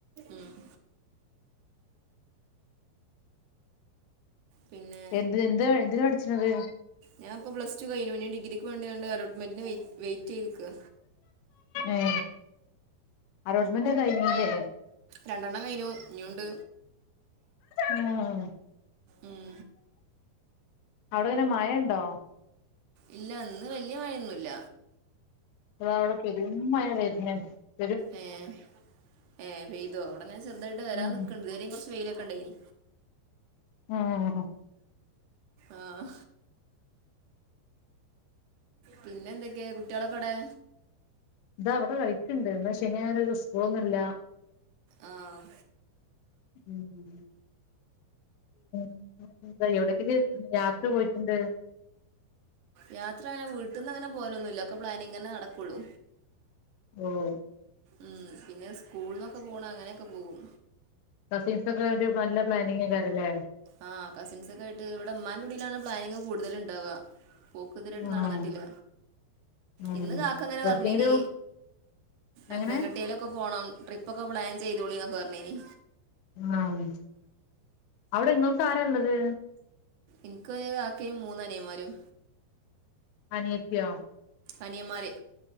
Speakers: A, on the right (about 75°); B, on the left (about 75°).
A: ഉം പിന്നെ
B: എന്ത് എന്ത് എന്തിനാ പഠിച്ച്ണത്
A: ഞാൻപ്പോ പ്ലസ്റ്റു കയിഞ്ഞു ഞ്ഞി ഡിഗ്രിക്ക് വേണ്ടിങ്ങാട് അലോട്ട്മെൻ്റ്ന് വൈ വൈറ്റെയ്ത് ക്കാ
B: ഏ അലോട്ട്മെന്റൊക് കഴിഞ്ഞീലേ
A: രണ്ടെണ്ണം കഴഞ്ഞു ഇഞ്ഞുണ്ട്
B: ഉം
A: ഉം
B: അവിടെങ്ങനെ മഴണ്ടോ
A: ഇല്ല ഇന്ന് വല്യ മഴയൊന്നുല്ല
B: <unintelligible> പെരും മയ <unintelligible>
A: ഏഹ ഏഹ പെയ്തോ അവിടെങ്ങനെ ചെറുതായിട്ട് വരാൻ
B: ഉം
A: നിക്കണ്ട് ഇത് വേരെയും കുറച്ച് വെയിലൊക്കെ ഉണ്ടേനി
B: ആഹ്
A: ആഹ് പിന്നെ എന്തൊക്കെയ കുട്ടികളൊക്കെ എവടെ
B: ഇതാ വ്ടെ കളിക്ക്ണ്ട് ഇന്ന് ശനി ആയോണ്ട് ഓൽക്ക് സ്കൂളൊന്നുല്ല്യാ
A: ആഹ്
B: ഉം <unintelligible> യാത്ര പോയിട്ട്ണ്ട്.
A: യാത്ര അങ്ങനെ വീട്ടീന്ന് അങ്ങനെ പോലൊന്നുല്ല ഒക്കെ പ്ലാനിങ്ങെനെ നടക്കൊള്ളൂ
B: ഓഹ് ഓഹ് ഓഹ്
A: ഉം പിന്നെ സ്കൂൾന്നൊക്കെ പോണ അങ്ങനെക്കെ പോകും.
B: കസീൻസ് ഒക്കെ വേണ്ടി നല്ല പ്ലാനിങ്ങേയ്ക്കാരം ലേ
A: ആഹ് കസിൻസ ഒക്കെ ആയിട്ട് ഇവിടെ മ്മൻ്റെ കൂടിലാണ് പ്ലാനിങ്ങ് കൂടുതല ഉണ്ടാവുക പോക് തെരായിട്ട്
B: ആഹ്
A: നടന്നിട്ടില്ല,
B: ഉം
A: ഇന്ന് കാക്കങ്ങനെ
B: എവിടക്കെങ്കിലും
A: പർ ഞ്ഞിനി - എന്ത
B: എങ്ങനെ
A: എങ്ങട്ടേലൊക്കെ പോണം ട്രിപ്പൊക്കെ പ്ലാൻ ചെയ്തോളിന്നൊക്കെ പർഞ്ഞിനി
B: ആന്ന് അവ്ടെ ങ്ങൾക്കാരാള്ളത്
A: ഇൻക്കൊയു കാക്കയും മൂന്നനിയന്മാരും.
B: അനിയത്തിയോ
A: അനിയന്മാര്